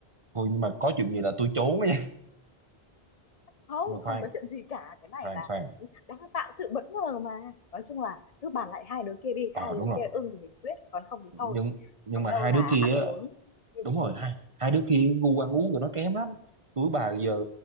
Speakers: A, on the right (about 35°); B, on the left (about 45°).
A: thôi nhưng mà có chuyện gì là tôi trốn á nha
B: không
A: nhưng mà khoan
B: không có chuyện gì cả cái này
A: khoan
B: là
A: khoan
B: đang tạo sự bất ngờ mà nói chung là cứ bàn lại hai đứa kia đi
A: ờ
B: hai
A: đúng
B: đứa
A: rồi
B: kia ưng thì mình quyết còn không thì
A: nhưng
B: thôi
A: nhưng
B: còn
A: mà
B: đâu
A: hai
B: là
A: đứa kia
B: ăn uống
A: á
B: như
A: đúng
B: bình
A: rồi
B: thường
A: hai hai đứa kia gu ăn uống tụi nó kém lắm tụi bà giờ